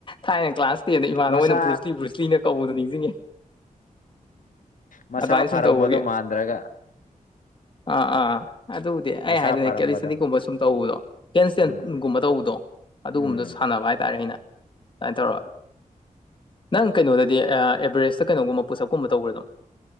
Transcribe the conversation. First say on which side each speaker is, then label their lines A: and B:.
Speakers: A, on the left; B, on the left.
A: ꯊꯥꯏꯅ ꯀ꯭ꯂꯥꯁ ꯇꯦꯟꯗ ꯏꯃꯥꯟꯅꯕ
B: ꯃꯁꯥ
A: ꯍꯣꯏꯅ ꯕꯨ꯭ꯔꯖꯂꯤ ꯕꯨ꯭ꯔꯖ ꯁ꯭ꯔꯤꯅ ꯀꯧꯕꯗ ꯅꯤꯡꯖꯤꯡꯉꯦ
B: ꯃꯁꯥ
A: ꯑꯗꯨꯃꯥꯏꯅ
B: ꯐꯔꯝꯕꯗꯣ
A: ꯁꯨꯝ ꯇꯧꯕꯒꯤ
B: ꯃꯥꯟꯗ꯭ꯔꯒ
A: ꯑꯥ ꯑꯥ ꯑꯗꯨꯕꯨꯗꯤ
B: ꯃꯁꯥ
A: ꯑꯩ ꯍꯥꯏꯗꯣꯏꯅꯦ
B: ꯐꯔꯝꯕꯗꯣ
A: ꯀꯦꯂꯤꯁꯇꯦꯅꯤꯛꯒꯨꯝꯕ ꯁꯨꯝ ꯇꯧꯕꯗꯣ ꯍꯦꯟꯁꯇꯦꯟ
B: ꯎꯝ
A: ꯒꯨꯝꯕ ꯇꯧꯕꯗꯣ ꯑꯗꯨꯒꯨꯝꯕꯗꯣ
B: ꯎꯝ
A: ꯁꯥꯟꯅꯕ ꯍꯥꯏꯇꯥꯔꯦ ꯑꯩꯅ ꯁꯨꯃꯥꯏꯅ ꯇꯧꯔꯒ ꯅꯪ ꯀꯩꯅꯣꯗꯗꯤ ꯑꯦꯕꯔꯦꯁꯇ ꯀꯩꯅꯣꯒꯨꯝꯕ ꯄꯨꯁꯑꯞ ꯀꯨꯝꯕ ꯇꯧꯕ꯭ꯔꯥ ꯑꯗꯨꯝ